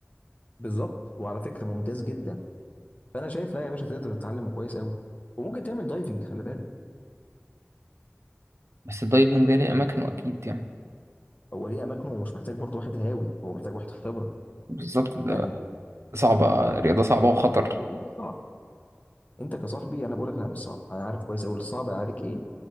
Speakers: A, on the left; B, on the right.
A: بالظبط وعلى فكره ممتاز جدا فانا شايف لا يا باشا تقدر تتعلمه كويس قوي وممكن تعمل دايفنج خلي بالك
B: بس الدايفنج ده ليه اماكنه اكيد يعني
A: هو ليه اماكنه ومش محتاج برضو واحد هاوي هو محتاج واحد خبره
B: بالظبط ده
A: يعني
B: صعبه رياضه صعبه وخطر
A: ما هو مش صعب انت كصاحبي انا بقول لك لا مش صعب انا عارف كويس قوي الصعب عليك ايه